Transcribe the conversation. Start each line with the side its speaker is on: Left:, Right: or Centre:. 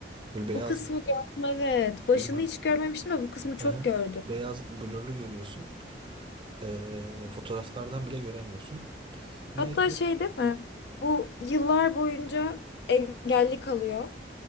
Right: Böyle beyaz
Left: bu kısmı gördüm evet. Başını
Right: bir
Left: hiç görmemiştim de bu kısmı çok
Right: Aha.
Left: gördüm.
Right: Beyaz blurlu görüyorsun. Ee, fotoğraflardan bile göremiyorsun. Neyse.
Left: Hatta şey değil mi? Bu yıllar boyunca engelli kalıyor